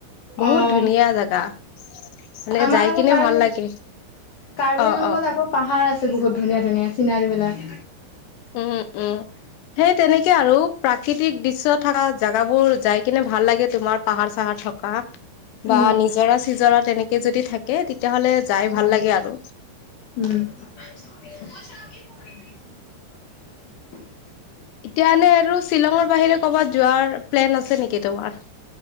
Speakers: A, on the left (about 85°); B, on the left (about 60°).
A: বহুত
B: অ'।
A: ধুনীয়া জোগা, মানে
B: আমাৰ
A: যাই
B: আকৌ
A: কিনে
B: কাৰ্বি
A: ভাল লাগে।
B: কাৰ্বি
A: অ
B: আংলঙত
A: অ
B: আকৌ পাহাৰ় আছে বহুত ধুনীয়া ধুনীয়া চিনাৰী বিলাক।
A: উম উম, সেই তেনেকে আৰু প্ৰাকৃতিক দৃশ থকা জোগাবোৰ যাই কিনে ভাল লাগে তোমাৰ পাহাৰ চাহাৰ থকা। বা
B: উম।
A: নিজৰা চিজৰা তেনেকে যদি থাকে তে তেতিয়াাহলে যাই
B: হয়
A: ভাল লাগে আৰু।
B: উম, <unintelligible>
A: এতিয়া এনে আৰু শ্বিলঙৰ বাহিৰে কৰ'বাত যোৱাৰ প্লেন আছে নেকি তোমাৰ?